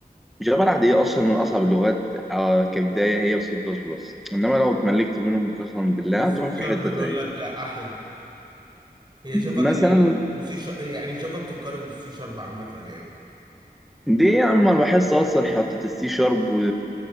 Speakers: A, in the centre; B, on the right (about 25°).
A: جافا العاديه اصلا من اصعب اللغات آه، كبدايه هي وسي بلس بلس انما لو اتملكت منهم قسما بالله
B: بس
A: هتروح
B: سي
A: في
B: شارب
A: حته
B: بيقول
A: تانيه
B: لك احلى هي جافا
A: مثلا
B: جميله وسي شارب يعني جافا بتتقارن بالسي شارب عامه يعني
A: ليه يا عم انا بحس اصلا حتة السي شارب و...